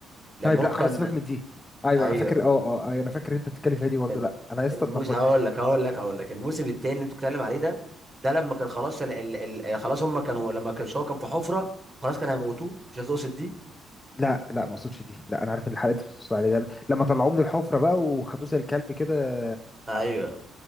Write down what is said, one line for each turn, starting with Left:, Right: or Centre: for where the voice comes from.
Right: لما
Left: طيب
Right: هو
Left: لا
Right: كان
Left: خلاص سيبك من دي ايوه
Right: ايوه
Left: انا فاكر اه اه أيوة، انا فاكر إن انت بتتكلم فيها دي برضه
Right: ال-
Left: لا انا لسه
Right: الموسم
Left: اتلخبطت
Right: هقول لك هقول لك هقول لك الموسم الثاني اللي انت بتتكلم عليه ده ده لما كان خلاص ال... ال... ال... خلاص هم كانوا لما كان هو كان في حفره خلاص كان هيموتوه مش هتقصد دي
Left: لا لا ما اقصدش دي لا انا عارف ان الحلقه اللي انت بتقصد عليها ده لما طلعوه من الحفره بقى وخدوه زي الكلب كده
Right: ايوه